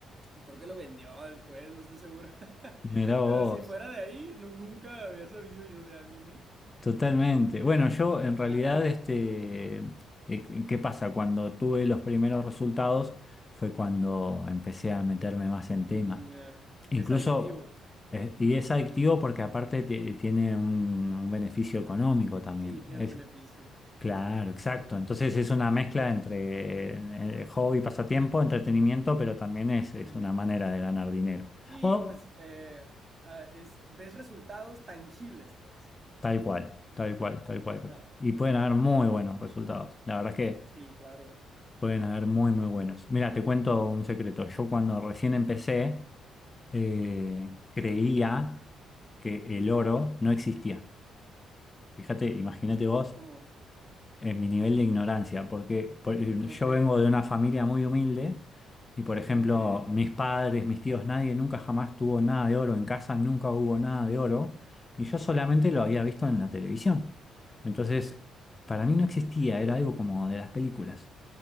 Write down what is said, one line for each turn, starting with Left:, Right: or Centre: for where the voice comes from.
Right: Creo que lo vendió después, no estoy seguro. <laughs>
Left: Mirá vos.
Right: Pero si fuera de ahí, nu- nunca había sabido yo de alguien, ¿eh?
Left: Totalmente. Bueno, yo en realidad,
Right: Ajá.
Left: este, eh, ¿qué pasa? Cuando tuve los primeros resultados fue cuando empecé a meterme más en tema.
Right: Mm, ya.
Left: Incluso,
Right: Es adictivo.
Left: eh, y es adictivo porque aparte ti- tiene un, un beneficio económico también.
Right: Sí, tiene
Left: Es,
Right: un beneficio.
Left: Claro, exacto. Entonces es una mezcla entre eh, eh, hobby, pasatiempo, entretenimiento, pero también es, es
Right: Ujú.
Left: una manera de ganar dinero.
Right: Sí,
Left: O
Right: pues eh, ah, es, ves resultados tangibles, pues.
Left: tal cual, tal cual, tal cual.
Right: Ajá.
Left: Y pueden haber muy buenos resultados. La verdad es que
Right: Sí, claro.
Left: pueden haber muy, muy buenos. Mira, te cuento un secreto. Yo cuando recién empecé, eh, creía que el oro no existía. Fíjate, imagínate vos
Right: Ah, ¿cómo?
Left: en mi nivel de ignorancia, porque por- yo
Right: Mm, ok.
Left: vengo de una familia muy humilde y, por ejemplo,
Right: Mm, ok.
Left: mis padres, mis tíos, nadie nunca jamás tuvo nada de oro, en casa nunca hubo nada de oro y yo solamente lo había visto en la televisión. Entonces, para mí no existía, era algo como de las películas.